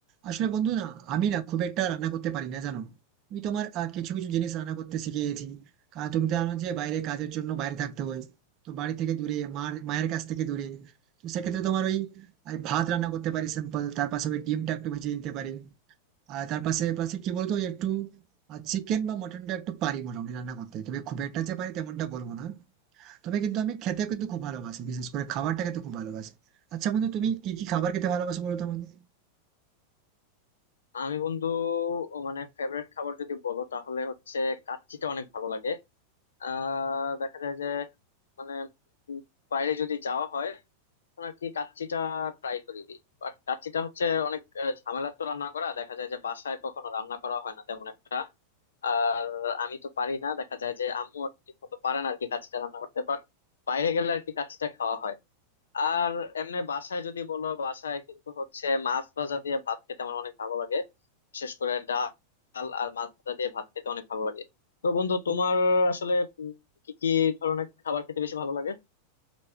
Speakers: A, on the right; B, on the left.
A: আসলে বন্ধু না আমি না খুব একটা রান্না করতে পারি না জানো আমি তোমার আহ, কিছু কিছু জিনিস রান্না করতে শিখে গেছি কারণ তুমি তো জানো যে বাইরে কাজের জন্য বাইরে থাকতে হয় তো বাড়ি থেকে দূরে মার মায়ের কাছ থেকে দূরে তো সেক্ষেত্রে তোমার ওই আমি ভাত রান্না করতে পারি সিম্পল তার পাশে ওই ডিমটা একটু ভেজে নিতে পারি আর তার পাশে পাশে কি বলতো ওই একটু চিকেন বা মটনটা একটু পারি মোটামুটি রান্না করতে তবে খুব একটা যে পারি তেমনটা বলবো না তবে কিন্তু আমি খেতে কিন্তু খুব ভালোবাসি বিশেষ করে খাবারটা খেতে খুব ভালোবাসি আচ্ছা বন্ধু তুমি কি কি খাবার খেতে ভালোবাসো বলো তো আমাকে
B: আমি বন্ধু ও মানে ফেভারিট খাবার যদি বলো তাহলে হচ্ছে কাচ্চিটা অনেক ভালো লাগে আহ দেখা যায় যে মানে উম বাইরে যদি যাওয়া হয় তখন আর কি কাচ্চিটা ট্রাই করি বাট কাচ্চিটা হচ্ছে অনেক আহ, ঝামেলার তো রান্না করা দেখা যায় যে বাসায় কখনো রান্না করা হয় না তেমন একটা আর আমি তো পারি না দেখা যায় যে আম্মু ঠিক মতো পারে না আর কি কাচ্চিটা রান্না করতে বাট বাইরে গেলে আর কি কাচ্চিটা খাওয়া হয় আর এমনি বাসায় যদি বলো বাসায় কিন্তু হচ্ছে মাছ ভাজা দিয়ে ভাত খেতে আমার অনেক ভালো লাগে বিশেষ করে ডাল আর মাছ ভাজা দিয়ে ভাত খেতে অনেক ভালো লাগে তো বন্ধু তোমার আসলে উম, কি কি ধরনের খাবার খেতে বেশি ভালো লাগে